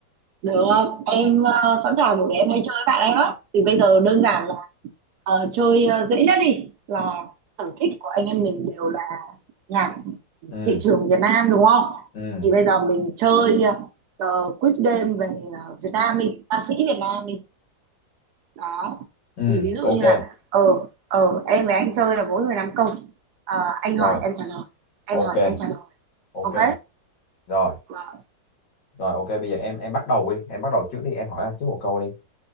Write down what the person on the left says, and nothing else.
ừ
ừ
ừ
ok
rồi
ok
ok
rồi
rồi ok bây giờ em em bắt đầu đi em bắt đầu trước đi em hỏi anh trước một câu đi